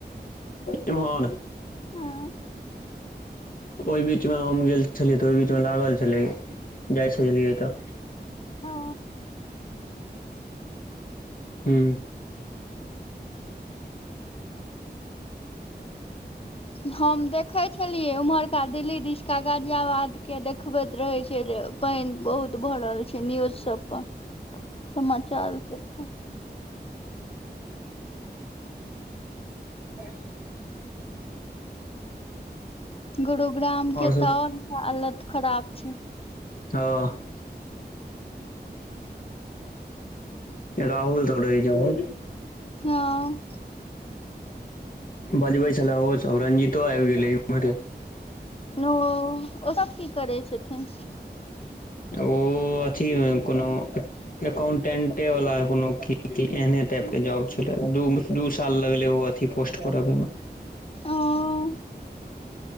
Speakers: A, on the left (about 50°); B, on the left (about 35°).
A: इम्हर
B: हँ।
A: ओहि बीच मे हम गेल छेलियै तऽ ओहि बीचमे लागल छलै जाइ छेलियै तऽ
B: ओ
A: हूँ
B: हम देखै छलियै उम्हरका दिल्ली दिशका गाजियाबाद के देखबति रहै छै जे पानि बहुत भरल छै न्यूज सब पर।
A: <inaudible>
B: समाचार पर छै।
A: ब <unintelligible>
B: गुरुग्राम
A: और
B: के त
A: सब
B: आओर हालत खराब छै।
A: हँ। राहुल तब रहै छै <unintelligible>
B: हँ
A: बजबै छले ओ सब रंजितो आबि गेलै इम्हरे
B: नउ ओ सब की करै छथिन
A: ओ अथीमे कोनो एकाउंटेंटे वाला कोनो की एहने टाइप के जॉब छले द दू साल लगलै ओ अथी पोस्ट पर अबैमे
B: अं